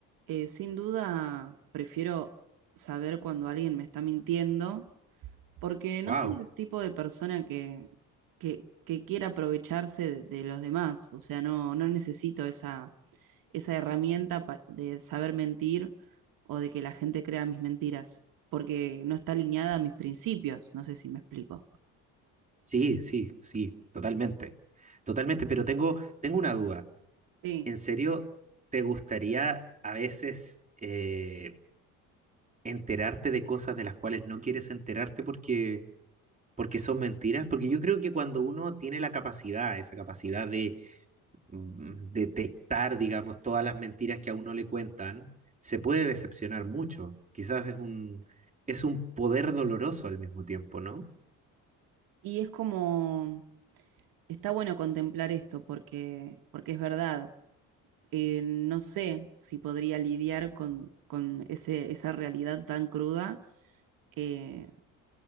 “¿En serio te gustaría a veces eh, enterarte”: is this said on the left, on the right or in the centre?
Right